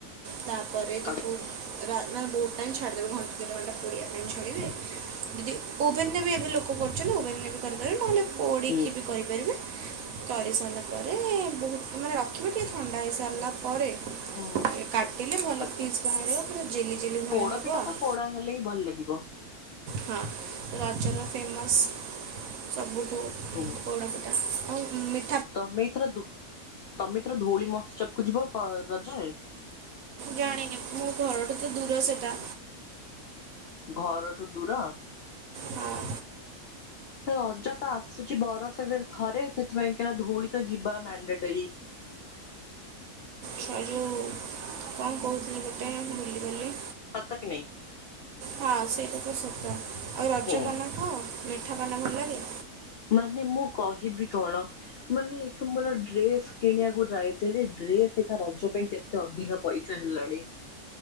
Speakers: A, on the right; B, on the left.
A: ତାପରେ ତାକୁ
B: ଆଜ୍ଞା
A: ରା ମାନେ ବହୁତ ଟାଇମ ଛାଡ଼ିଦେବେ ଘଣ୍ଟେ ଦେଢ ଘଣ୍ଟା ପାଇଁ! ପୋଡ଼ିବା ପାଇଁ ଛାଡ଼ିବେ ଦିଦି ଓଭେନ୍ ରେ ବି ଏବେ ଲୋକ କରୁଛନ୍ତି ଓଭେନ୍ ରେ ବି କରିପାରିବ ନହେଲେ ପୋଡ଼ିକି
B: ହୁଁ
A: ବି କରିପାରିବେ କରିସାରିଲା ପରେ ବହୁତ ମାନେ ରଖିବେ ଟିକେ ଥଣ୍ଡା ହେଇସାରିଲା ପରେ
B: ହୁଁ
A: କାଟିଲେ ଭଲ
B: ଆଜ୍ଞା
A: ପିସ୍ ବାହାରିବ ପୁରା ଜେଲି ଜେଲି ଭଳିଆ
B: ପୋଡପିଠା
A: ହବ ଆଉ!
B: ତ ପୋଡା ହେଲେ ହିଁ ଭଲ ଲାଗିବ
A: ହଁ ରଜର ଫେମସ୍ ସବୁଠୁ
B: ହୁଁ!
A: ପୋଡପିଠା ଆଉ ମି
B: ତମେ ଏଥର ଧ ତମେ ଏଥର ଧଉଳି ମହୋତ୍ସବ କୁ ଜିବ ରଜରେ?
A: ଜାଣିନି ମୋ ଘରଠୁ ତ ଦୂର ସେଟା!
B: ଘରଠୁ ଦୂର?
A: ହଁ
B: ରଜ ତ ଆସୁଛି ବରସରେ ଥରେ ସେଥିପାଇଁ କିଏରା ଧଉଳୀ ତ ଯିବା ମାଣ୍ଡାଟୋରୀ!
A: ସେ ଯେଉ କଣ କହୁଥିଲି ଗୋଟେ ଭୁଲି ଗଲି!
B: ସତ କି ନାଇଁ?
A: ହଁ ସେଇଟା ତ ସତ ଆଉ ରଜ
B: ହୁଁ।
A: ପାନ ଖାଅ ମିଠା ପାନ ଭଲଲାଗେ?
B: ମାନେ ମୁଁ କହିବି କଣ? ମାନେ ଏ ଖୁଣି ମୋର ଡ୍ରେସ କିଣିବାକୁ ଯାଇଥିଲି ଡ୍ରେସ ଏଇକା ରଜ ପାଇଁ କେ ଏତେ ଅଧିକା ପଇସା ହେଲାଣି!